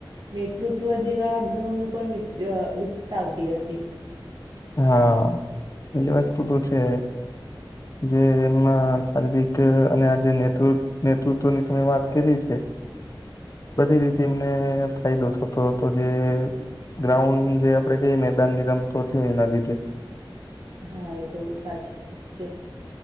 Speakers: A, on the right; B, on the left.
A: નેતૃત્વ જેવા ગુણો ન પણિક સાવતી હતી.
B: હા, બીજી વસ્તુ તો છે. જે એમના શારીરિક અને આજ ને નેતૃત્વની તમે વાત કરી છે. બધી રીતે એમને ફાયદો થતો હતો જે ગ્રાઉન્ડ જે આપડે કહીએ મેદાન ની રમતો છે એના લીધે.
A: હા એ તો સાચી વાત છે.